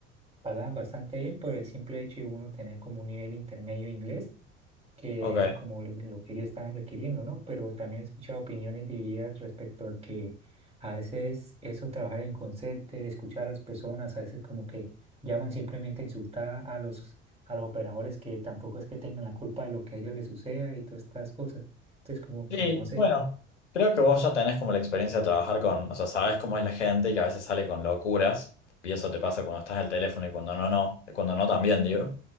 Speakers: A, on the right; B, on the left.
A: pagaban bastante bien por el simple hecho de uno tener como un nivel intermedio de inglés que
B: ok.
A: era como lo, lo que ellos estaban requiriendo, ¿no? Pero también he escuchado opiniones divididas respecto a que a veces eso, trabajar en concierto, escuchar a las personas, a veces como que llaman simplemente a insultar a los, a los operadores que tampoco es que tengan la culpa de lo que a ellos les suceda y todas estas cosas. Entonces como que
B: Sí,
A: no sé.
B: bueno, creo que vos ya tenés como la experiencia de trabajar con, o sea, sabes cómo es la gente y que a veces sale con locuras, y eso te pasa cuando estás al teléfono y cuando no, no, cuando no también, digo.